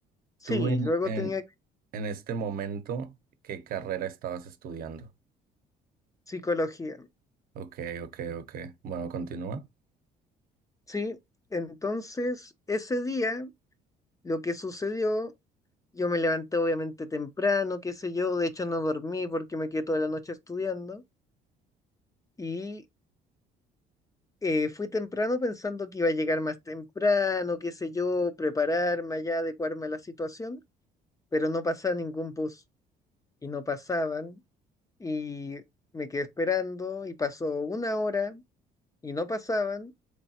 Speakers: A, on the left; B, on the right.
A: sí,
B: tú en,
A: luego
B: en,
A: tenía
B: en este momento, ¿qué carrera estabas estudiando?
A: psicología,
B: Ok, ok, ok. Bueno, continúa.
A: sí. Entonces, ese día, lo que sucedió, yo me levanté obviamente temprano, qué sé yo, de hecho no dormí porque me quedé toda la noche estudiando y eh, fui temprano pensando que iba a llegar más temprano, qué sé yo, prepararme allá, adecuarme a la situación, pero no pasaba ningún bus y no pasaban y me quedé esperando y pasó una hora y no pasaban